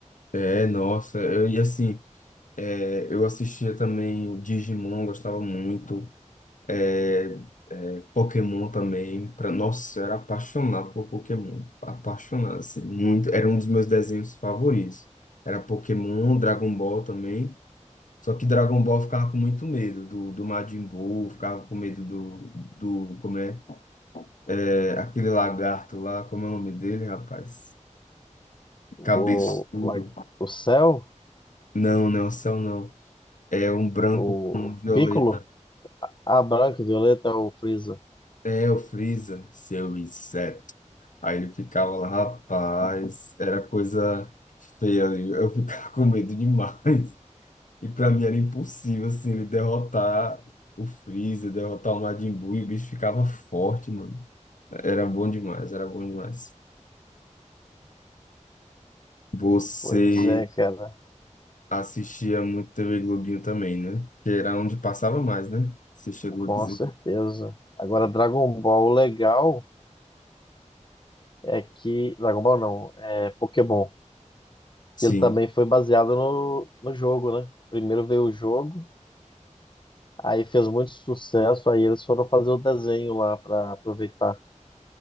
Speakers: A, on the left; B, on the left.
A: é, nossa, eu, e assim, é, eu assistia também Digimon, gostava muito, é, é, Pokémon também, pra, nossa, eu era apaixonado por Pokémon, apaixonado, assim, muito, era um dos meus desenhos favoritos. Era Pokémon, Dragon Ball também, Só que Dragon Ball eu ficava com muito medo do, do Majin Buu, ficava com medo do, do como é, É, aquele lagarto lá, como é o nome dele, rapaz?
B: O,
A: Cabeçudo.
B: lá- o Cell,
A: Não, não, céu não. É um branco
B: o
A: com violeta.
B: Piccolo, a Branca, a Violeta, o Freeza.
A: É o Freeza, seu inseto. Aí ele ficava lá, rapaz, era coisa feia ali. Eu ficava com medo demais. E pra mim era impossível, assim, ele derrotar o Freeza, derrotar o Majin Buu, e o bicho ficava forte, mano. Era bom demais, era bom demais. Você
B: Pois é, cara,
A: assistia muito TV Globinho também, né? Que era onde passava mais, né? Você chegou
B: com
A: a dizer.
B: certeza. Agora, Dragon Ball, o legal é que. Dragon Ball não, é Pokémon.
A: Sim.
B: Que ele também foi baseado no, no jogo, né? Primeiro veio o jogo. Aí fez muito sucesso, aí eles foram fazer o desenho lá para aproveitar.